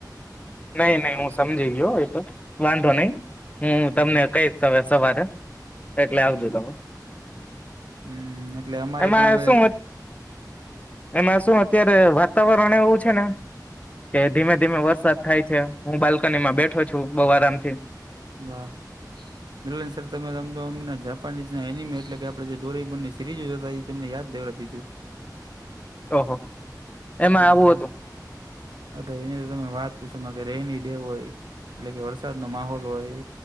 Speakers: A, on the left (about 20°); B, on the right (about 80°).
A: નઈ નહી હું સમજી ગયો એ તો વાંધો નહી હું
B: હમ
A: તમને કઈશ હવે સવારે. એટલે
B: હમ
A: આવજો તમે
B: હમ એટલે અમારે
A: એમાં
B: પણ હવે
A: શું એમાં શું અત્યારે વાતાવરણ એવું છે ને કે ધીમે ધીમે વરસાદ થાય છે, હું બાલ્કનીમાં બેઠો છું બઉ આરામથી.
B: વાહ મિલન સર તમેમ તો અમને જાપાનીઝ ના એનિમે એટલે કે આપડે જે ડોરીમોનની સિરીઝ જોતા તા એ તમને યાદ દેવરાતી છું.
A: ઓહો એમાં
B: હમ્મ
A: આવું હતું
B: હ તો એની તો તમે વાત પૂછો કે રેની ડે હોય એટલે કે વરસાદ નો માહોલ હોય